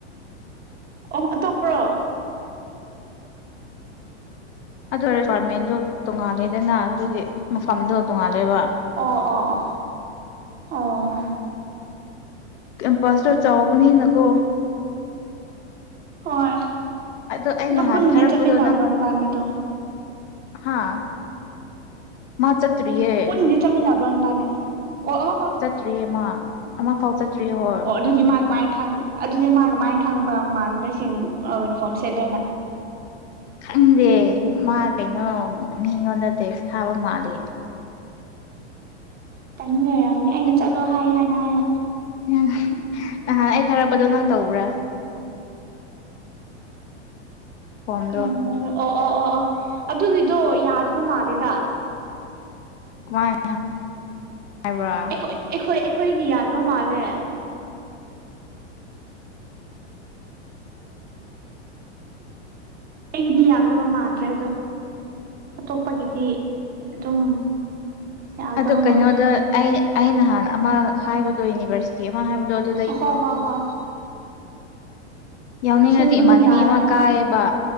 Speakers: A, on the right (about 25°); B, on the left (about 70°).
A: ꯑꯣꯣ ꯇꯣꯞꯄ꯭ꯔꯣ
B: ꯑꯗꯨ ꯗꯤꯄꯥꯔꯠꯃꯦꯟꯗꯣ ꯇꯣꯡꯉꯥꯜꯂꯦꯗꯅ ꯑꯗꯨꯒꯤ ꯃꯐꯝꯗꯣ ꯇꯣꯡꯉꯥꯜꯂꯦꯕ
A: ꯑꯣ ꯑꯣ ꯑꯣ
B: ꯀꯦꯝꯄꯁꯇꯣ ꯆꯥꯎꯕꯅꯤꯅꯀꯣ
A: ꯍꯣꯏ
B: ꯑꯗꯣ ꯑꯩ ꯅꯍꯥꯟ
A: ꯄꯨꯟꯅꯗꯤ
B: ꯊꯥꯔꯛꯄꯗꯣ
A: ꯆꯠꯃꯤꯟꯅꯕ꯭ꯔꯣ
B: ꯅꯪ
A: ꯅꯕꯥꯅꯤꯗꯣ
B: ꯍꯥꯥ ꯃꯥ ꯆꯇ꯭ꯔꯤꯌꯦ
A: ꯇ ꯑꯃ ꯅꯅꯥꯕ꯭ꯔꯟꯕꯅꯦ ꯑꯣ ꯑꯃꯛ
B: ꯆꯠꯇ꯭ꯔꯤꯌꯦ ꯑꯃ ꯑꯃ ꯐꯥꯎ ꯆꯠꯇ꯭ꯔꯤꯌꯦ ꯍꯣꯔ
A: ꯑꯣ ꯑꯗꯨꯗꯤ ꯃꯥꯒ ꯃꯥꯏꯅ ꯈ ꯑꯗꯨꯗꯤ ꯃꯥꯒ ꯃꯥꯏꯅ ꯈꯪꯕ ꯃꯃꯥꯟꯅꯕꯁꯤꯡ ꯌꯨꯅꯤꯐꯣꯔꯝ ꯁꯦꯠꯂꯦꯅ
B: ꯈꯪꯗꯦ ꯃꯥ ꯀꯩꯅꯣ ꯃꯤꯉꯣꯟꯗ ꯇꯦꯛꯁ ꯊꯥꯕ ꯃꯥꯂꯦ
A: ꯇꯥꯃꯤꯉꯔꯝꯅꯤ ꯑꯩꯅ ꯆꯠꯂꯣ ꯍꯥꯏ ꯍꯥꯏꯅ ꯍꯥꯏꯌ
B: ꯎꯝ ꯅꯍꯥꯟ ꯑꯩ ꯊꯥꯔꯛꯄꯗꯣ ꯅꯪ ꯇꯧꯕ꯭ꯔꯥ ꯀꯣꯝꯗꯣ
A: ꯀꯔꯝꯕꯔꯣ ꯑꯣ ꯑꯣ ꯑꯣ ꯑꯣ ꯑꯗꯨꯒꯤꯗꯣ ꯌꯥꯗꯕ ꯃꯥꯜꯂꯦꯗ
B: ꯀꯃꯥꯏ ꯍꯥꯏꯕ꯭ꯔꯥ
A: ꯑꯩꯈꯣꯏ ꯑꯩꯈꯣꯏ ꯑꯩꯈꯣꯏꯒꯤ ꯌꯥꯗꯕ ꯃꯥꯜꯂꯦ ꯑꯩꯒꯤꯗꯤ ꯌꯥꯗꯕ ꯃꯥꯟꯗ꯭ꯔꯦ ꯑꯗꯣ ꯑꯇꯣꯞꯄꯒꯤꯗꯤ ꯑꯗꯨꯝ ꯌꯥꯒꯗꯕ
B: ꯑꯗꯣ ꯀꯩꯅꯣꯗ
A: ꯃꯥꯜꯂꯦ
B: ꯑꯩ ꯑ ꯅꯍꯥꯟꯅ ꯑꯃ ꯍꯥꯏꯕꯗꯣ ꯌꯨꯅꯤꯚꯔꯁꯤꯇꯤ ꯑꯃ ꯍꯥꯏꯕꯗꯣ ꯑꯗꯨ
A: ꯍꯣ ꯍꯣ ꯍꯣ
B: ꯌꯥꯎꯅꯤꯡꯉꯗꯤ
A: ꯑꯗꯨꯝ
B: ꯏꯃꯥꯟꯅꯕꯤ
A: ꯌꯥꯏ
B: ꯑꯃ
A: ꯍꯣꯏ
B: ꯀꯥꯏꯌꯦꯕ